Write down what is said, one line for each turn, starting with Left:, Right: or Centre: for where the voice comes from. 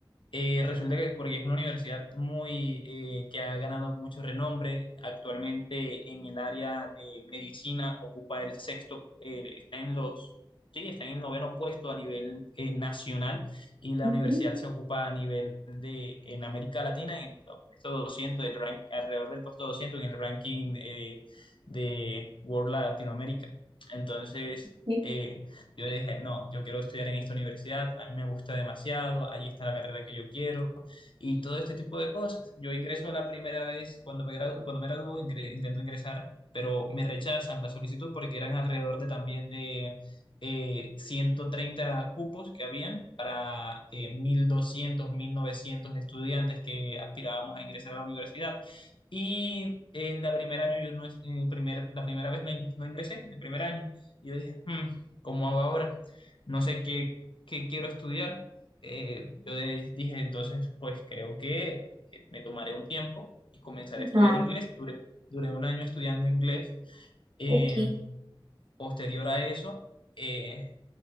Left: Eh, resulta que es porque es una universidad muy eh, que ha ganado mucho renombre. Actualmente en el área de medicina ocupa el sexto, eh, está en los, sí, está en el noveno puesto a nivel eh, nacional y la
Right: Ujú,
Left: universidad se ocupa a nivel de en América Latina en el puesto 200 del rank, alrededor del puesto 200 en el ranking eh, de World Latinoamérica. Entonces,
Right: sí.
Left: eh, yo dije, no, yo quiero estudiar en esta universidad, a mí me gusta demasiado, ahí está la carrera que yo quiero y todo este tipo de cosas. Yo ingreso la primera vez cuando me graduo, cuando me graduo, ingre- intento ingresar, pero me rechazan la solicitud porque eran alrededor de también de eh, 130 cupos que habían para eh, 1.200, 1.900 estudiantes que aspirábamos a ingresar a la universidad. Y en la primer año yo no, es- en el primer, la primera vez no, in- no ingresé, en el primer año. Y yo dije, "Hmm, cómo hago ahora, no sé qué, qué quiero estudiar. Eh, yo de- dije, entonces, pues creo que eh, me tomaré un tiempo y comenzaré a estudiar
Right: Ah,
Left: inglés. Duré, duré un año estudiando inglés. Eh,
Right: Ok,
Left: posterior a eso, eh,